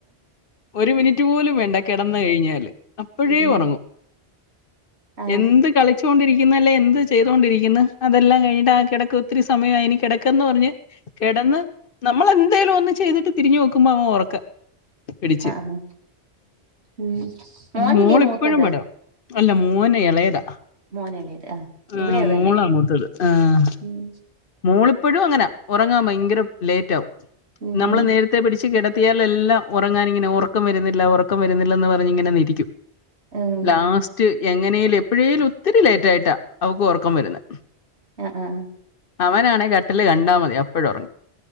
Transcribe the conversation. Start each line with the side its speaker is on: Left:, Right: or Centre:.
Left: ഒരു മിനിറ്റ് പോലും വേണ്ട കിടന്നു കഴിഞ്ഞാല് അപ്പോഴേ
Right: ഉം ഉം.
Left: ഉറങ്ങും
Right: ആ
Left: എന്ത് കളിച്ച വോണ്ടിരിക്കുന്ന അല്ലെ എന്ത് ചെയ്തൊണ്ടിരിക്കുന്ന് അതെല്ലാം കഴിഞ്ഞട്ട് ആ കിടക്ക് ഒത്തിരി സമയമായി അയിന് കിടക്കന്ന് പറഞ്ഞ് കിടന്ന് നമ്മൾ എന്തേലും ഒന്ന് ചെയ്തിട്ട് തിരിഞ്ഞു നോക്കുമ്പോ അവൻ ഉറക്ക പിടിച്ച്
Right: ആ ആ. ഉം മോനല്ലേ
Left: മോളിപ്പഴും
Right: മൂത്തത്
Left: പെടും അല്ല മോനേ ഇളയതാ
Right: മോനല്ലേത് ആ
Left: ആഹ്
Right: ഇവിടെ അത്
Left: മോളാ
Right: തന്നെ
Left: മൂത്തത് ആഹ്
Right: ഉം
Left: മോളിപ്പോഴും അങ്ങനാ ഉറങ്ങാൻ ഭയങ്കര ലേറ്റ് ആകും
Right: ഉം
Left: നമ്മള്
Right: ഉം
Left: നേരത്തെ പിടിച്ചു കി ത്തിയായെല്ലാം ഉറങ്ങാൻ ഇങ്ങനെ ഉറക്കം വരുന്നില്ല ഉറക്കം വരുന്നില്ലന്ന് പറഞ്ഞ് ഇങ്ങനെ ഇരിക്കും
Right: ഉം.
Left: ലാസ്റ്റ് എങ്ങനേലും എപ്പോഴേലും ഒത്തിരി ലേറ്റ് ആയിട്ടാ അവക്ക് ഉറക്കം വരുന്നേ
Right: ആഹ് ആഹ്
Left: അവനാണെ കട്ടില് കണ്ടാൽ മതി അപ്പൊഴേ ഉറങ്ങും